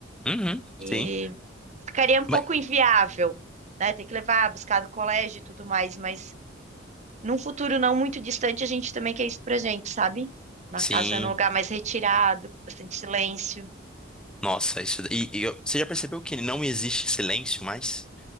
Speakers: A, in the centre; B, on the right (about 40°).
A: Uhum.
B: e
A: Sim.
B: ficaria um pouco
A: Mas,
B: inviável, né? Tem que levar, buscar do colégio e tudo mais, mas num futuro não muito distante a gente também quer isso pra gente, sabe? Uma
A: sim.
B: casa num lugar mais retirado, com bastante silêncio.
A: Nossa, isso. E, e eu- você já percebeu que não existe silêncio mais?